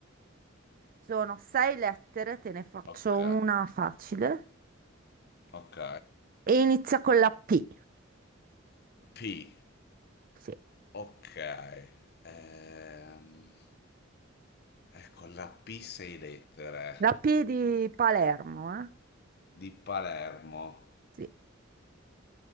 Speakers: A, on the right; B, on the left.
A: sono sei lettere, te ne faccio
B: ok,
A: una facile.
B: ok.
A: E inizia con la P,
B: P,
A: sì.
B: ok. Ehm, ecco, la P sei lettere
A: La P di Palermo, eh?
B: di Palermo.
A: Sì.